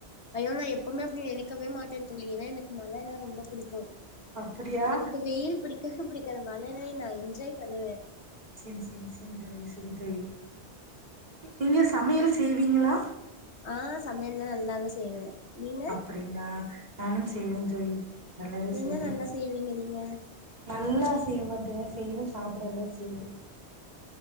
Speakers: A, on the left (about 80°); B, on the right (about 40°).
A: ஐயோ நா எப்பமே அப்டி நெனைக் க்கவே மாட்டேன் தோழி ஏனா எனக்கு மழைனா ரொம்ப புடிக்கு
B: அப்டியா
A: எனக்கு வெயில் பிடிக்கவே பிடிக்காது மழ நா என் நா என்ஜாய் பண்ணுவே
B: சேரி சேரி சேரி தோழி செரி தோழி நீங்க சமையல் செய்வீங்களா
A: ஆஹ் சமையல்லா நல்லாவே செய்வே நீங்க
B: அப்டிங்ளா நானும் செ செய்வே தோழி நல்லாவே
A: என்ன
B: செய்வேன்
A: நல்லா செய்வீங்க நீங்க
B: நல்லா செய்ய மாட்டே செய்வே சாப்ட்றளவுக்கு செய்வே